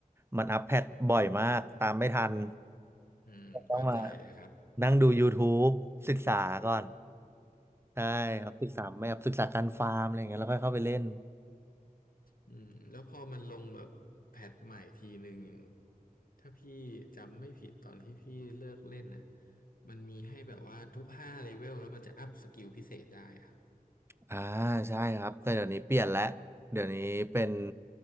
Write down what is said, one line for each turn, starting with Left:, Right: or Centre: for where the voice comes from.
Right: มันอัปเดตบ่อยมากตามไม่ทัน
Left: อืมเข้าใจเลยครับ
Right: ต้องมานั่งดู YouTube ศึกษาก่อนใช่ครับศึกษาไม่ครับศึกษาการฟาร์มอะไรอย่างเงี้ยแล้วค่อยเข้าไปเล่น
Left: อืมแล้วพอมันลงแบบแพทใหม่ทีหนึ่งอย่างถ้าพี่จำไม่ผิดตอนที่พี่เลิกเล่นนะมันมีให้แบบว่าทุกห้าเลเวลแล้วมันจะอัพสกิลพิเศษได้อะ
Right: อ่าใช่ครับแต่เดี๋ยวนี้เปลี่ยนแล้วเดี๋ยวนี้เป็น